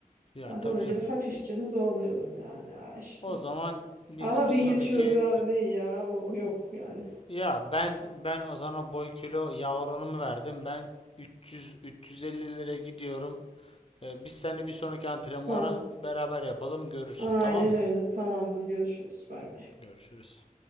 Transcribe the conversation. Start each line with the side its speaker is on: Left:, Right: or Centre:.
Left: Ya
Right: Ben
Left: tabii
Right: de ona
Left: canım.
Right: göre hafifçe zorluyorum yani ha işte.
Left: O zaman biz
Right: Ama
Left: bir
Right: 1100
Left: sonraki
Right: kilogram ne ya o, o yok yani.
Left: ya ben ben Ozan'a boy kilo yağ oranımı verdim. Ben 300 350'lere gidiyorum. Ee, biz seninle bir sonraki antrenmanı
Right: Tamam.
Left: beraber yapalım. Görürsün,
Right: Aynen
Left: tamam mı?
Right: öyle. Tamamdır. Görüşürüz. Bay bay.
Left: Görüşürüz.